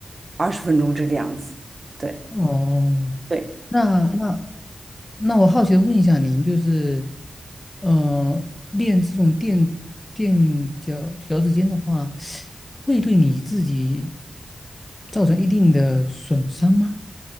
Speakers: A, on the right; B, on the left.
A: 二十分钟这个样子。对
B: 哦，
A: 对。
B: 那那那我好奇的问一下您，就是，呃，练这种垫垫脚脚趾尖的话，会对你自己造成一定的损伤吗？